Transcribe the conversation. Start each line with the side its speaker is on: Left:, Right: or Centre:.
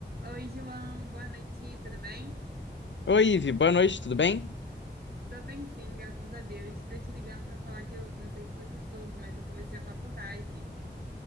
Right: Oi, João, boa noite, tudo bem?
Left: Oi, Ivi, boa noite, tudo bem?
Right: Tô bem sim, graças a Deus. Tô te ligando para falar que eu não sei se você soube, mas eu comecei a faculdade.